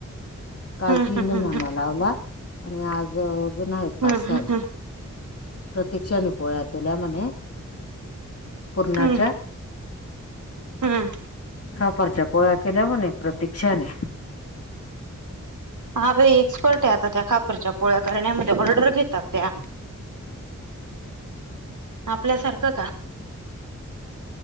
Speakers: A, on the left (about 50°); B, on the right (about 75°).
A: काल
B: हम्म
A: तीन
B: हम्म
A: जणांना
B: हम्म
A: लावला आणि आज <unintelligible>
B: हम्म हम्म हम्म
A: प्रतीक्षा नि पोळ्या केल्या म्हणे पुरणाच्या.
B: हम्म हम्म
A: खापरच्या पोळया केल्या मणे न प्रतीक्षाने
B: हा एक्सपर्ट आहे आता त्या खापरच्या पोळ्यात. करण्यामध्ये ऑर्डर घेतात त्या. आपल्यासारख का.